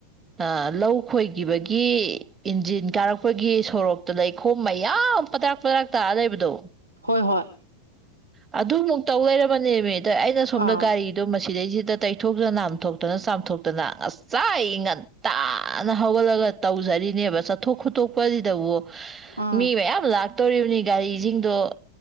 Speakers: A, on the right (about 20°); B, on the right (about 85°).
A: ꯑ ꯂꯧ ꯈꯣꯏꯒꯤꯕꯒꯤ꯫ ꯏꯟꯖꯤꯟ ꯀꯥꯔꯛꯄꯒꯤ ꯁꯣꯔꯣꯛꯇ ꯂꯩꯈꯣꯝꯃꯌꯥꯝ ꯄꯗ꯭ꯔꯥꯛ ꯄꯗ꯭ꯔꯥꯛ ꯇꯥꯔ ꯂꯩꯕꯗꯣ
B: ꯍꯣꯏ ꯍꯣꯏ
A: ꯑꯗꯨꯃꯨꯛꯇꯧ ꯂꯩꯔꯕꯅꯦ ꯃꯤ ꯑꯩꯅ ꯁꯣꯝꯗ
B: ꯑꯥ
A: ꯒꯥꯔꯤ ꯑꯗꯨ ꯃꯁꯤꯗꯩꯁꯤꯗ ꯇꯩꯊꯣꯛꯇꯅ ꯅꯥꯝꯊꯣꯛꯇꯅ ꯆꯥꯝꯊꯣꯛꯇꯅ ꯉꯁꯥꯏ ꯉꯟ ꯉꯟꯇꯥꯅ ꯍꯧꯒꯠꯂꯒ ꯇꯧꯖꯔꯤꯅꯦꯕ ꯆꯠꯊꯣꯛ ꯈꯣꯠꯇꯣꯛꯄꯖꯤꯗꯕꯨ꯫
B: ꯑꯥ
A: ꯃꯤ ꯃꯌꯥꯝ ꯂꯥꯛ ꯇꯧꯔꯤꯕꯅꯤ ꯒꯥꯔꯤꯖꯤꯡꯗꯣ